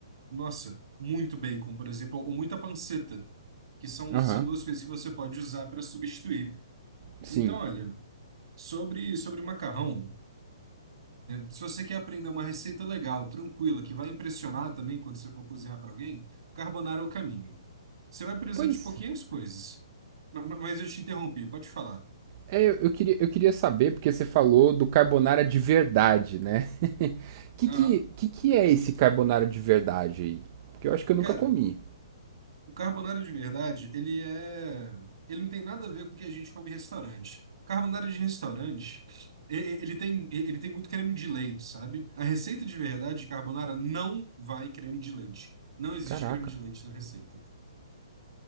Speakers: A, on the right; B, on the right.
A: nossa, muito bacon, por exemplo, ou muita panceta, que são,
B: aham.
A: são duas coisas que você pode usar para substituir.
B: Sim.
A: Então, olha, sobre, sobre macarrão. Se você quer aprender uma receita legal, tranquila, que vai impressionar também quando você for cozinhar para alguém, carbonara é o caminho. Você vai precisar
B: Pois
A: de pouquinhas coisas. Ma- ma- Mas eu te interrompi, pode falar.
B: é, eu, eu queria, eu queria saber, porque você falou do carbonara de verdade, né? <laughs> Que
A: Aham.
B: que, que que é esse carbonara de verdade aí? Porque eu acho que eu nunca
A: Cara,
B: comi.
A: o carbonara de verdade, ele é. Ele não tem nada a ver com o que a gente come em restaurante. Carbonara de restaurante, e- e- ele tem, e- ele tem muito creme de leite, sabe? A receita de verdade de carbonara não vai creme de leite. Não existe
B: Caraca.
A: creme de leite na receita.